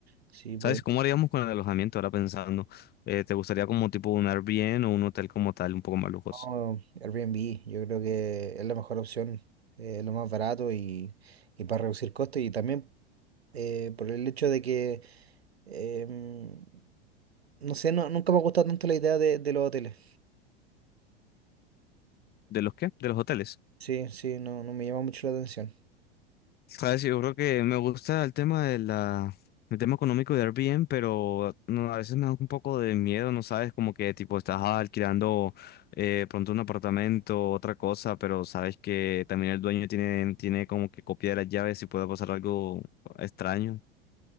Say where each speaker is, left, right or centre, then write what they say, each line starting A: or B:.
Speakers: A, on the right (about 80°); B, on the left (about 30°).
A: sí, puede.
B: ¿Sabes cómo haríamos con el alojamiento ahora pensando? Eh, ¿te gustaría como tipo un Airbnb o un hotel como tal, un poco más lujoso?
A: no, Airbnb, yo creo que es la mejor opción, eh, lo más barato y, y para reducir costos. Y también eh, por el hecho de que, em, no sé, no, nunca me ha gustado tanto la idea de, de los hoteles.
B: ¿De los qué? De los hoteles.
A: Sí, sí, no, no me llama mucho la atención.
B: ¿Sabes? Yo creo que me gusta el tema de la... el tema económico de Airbnb, pero no, a veces me da un poco de miedo, ¿no sabes? Como que tipo estás alquilando eh, pronto un apartamento, otra cosa, pero sabes que también el dueño tiene, tiene como que copia de las llaves y puede pasar algo extraño.